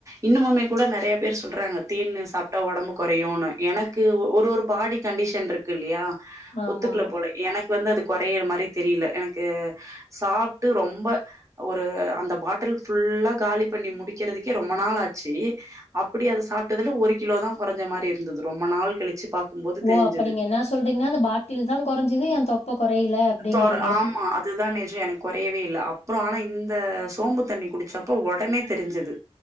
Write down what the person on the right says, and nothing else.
இன்னுமுமே கூட நெறைய பேர் சொல்றாங்க தேன்னு சாப்ட்டா ஒடம்பு கொறையுனு எனக்கு ஒரு ஒரு பாடி கண்டிஷன் இருக்குல்லையா
ஒத்துக்குல போல எனக்கு வந்து அது கொறையற மாரி தெரில எனக்கு சாப்ட்டு ரொம்ப ஒரு அந்த பாட்டில் ஃபுல்லா காலி பண்ணி முடிக்கறதுக்கே ரொம்ப நாளாச்சு அப்புடி அது சாப்பிட்டதுல ஒரு கிலோதா கொறைஞ்ச மாரி இருந்துது ரொம்ப நாள் கழிச்சு பாக்கும்போது
தெரிஞ்சது
தொற ஆமா அதுதா நெஜ எனக்கு கொறையவே இல்ல அப்ற ஆனா இந்த சோம்பு தண்ணி குடிச்சப்போ ஒடனே தெரிஞ்சிது